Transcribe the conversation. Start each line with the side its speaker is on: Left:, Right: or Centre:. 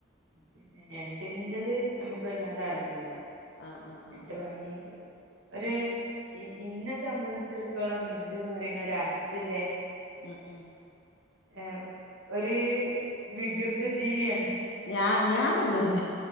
Right: പിന്നെ ഞണ്ടിൻന്റെത് നമുക്ക് വല്ലാതെ അറിയൂല.
Left: ആഹ് ആഹ് ആഹ്
Right: എണ്ട് വാങ്ങിയത് ഒര് ഇന്നെ സംബന്ധിച്ചിടത്തോളം ഞണ്ട്ന്ന് പറയുന്ന ഒരു അറപ്പ്ല്ലേ
Left: ഉം ഉം
Right: ഏ ഒരു വികൃത ജീവിയാണ്.
Left: ഞാൻ ഞാൻ തിന്ന്ണ്